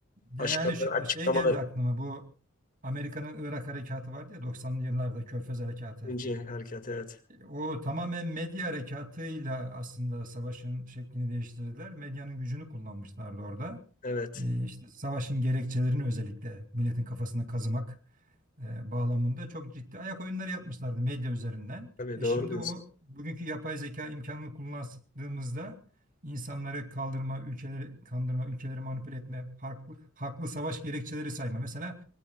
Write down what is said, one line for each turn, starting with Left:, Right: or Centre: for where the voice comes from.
Right: Yani
Left: Başkanların
Right: hani ş-
Left: açıklamaları
Right: şey geldi aklıma bu Amerika'nın Irak harekatı vardı ya 90'lı yıllarda Körfez harekatı.
Left: ince harekat evet.
Right: O tamamen medya harekatıyla aslında savaşın şeklini değiştirdiler. Medyanın gücünü kullanmışlardı orada.
Left: Evet.
Right: Ee, işte savaşın gerekçelerini özellikle milletin kafasına kazımak e, bağlamında çok ciddi ayak oyunları yapmışlardı medya üzerinden.
Left: Tabii
Right: E
Left: doğru
Right: şimdi
Left: diyorsun.
Right: o bugünkü yapay zeka imkanını kullandığımızda insanları kaldırma, ülkeleri kandırma, ülkeleri manipüle etme, haklı, haklı savaş gerekçeleri sayma. Mesela